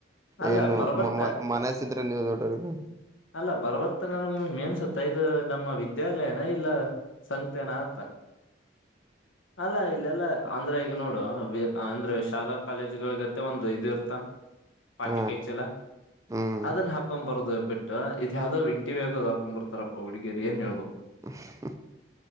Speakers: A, on the left (about 85°); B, on the right (about 15°).
A: ಅಲ್ಲ
B: ಏನು
A: ಬರ್ಬರ್ತ
B: ಮನಸ್ಸಿದ್ರೆ ನೀವು ದೊಡ್ಡವ್ರಿಗೆ
A: ಅಲ್ಲ ಬರ್ಬರ್ತ ನನ್ಗ ಒಮ್ಮ ಮೇನ್ಸತ್ತ ಮತ್ತ ಇದು ನಮ್ಮ ವಿದ್ಯಾಲಯನ ಇಲ್ಲ ಸತ್ಯನಾಥ ಅಲ್ಲ ಇಲ್ಲ ಅಲ್ಲ ಅಂದ್ರೆ ಈಗ ನೋಡು ಅಂದ್ರೆ ಶಾಲಾ ಕಾಲೇಜುಗಳಗತ್ತೆ ಒಂದು ಇದ ಇರ್ತ ಪಾಟಿ
B: ಹ
A: ಕಾಯ ಚಲ
B: ಹ್ಮ್
A: ಅದನ್ನ ಹಾಕೊ್ ಬರದು ಬಿಟ್ಟು ಇದ್ ಯಾವ್ದೋ ಎಂಟಿ ವ್ಯಾಗದ ಹಾಕೊಂಡ್ ಬರ್ತಾರಪ್ಪ ಹುಡುಗಿಯರಿ ಏನ್ ಹೇಳ್ಬೇಕು
B: ಹ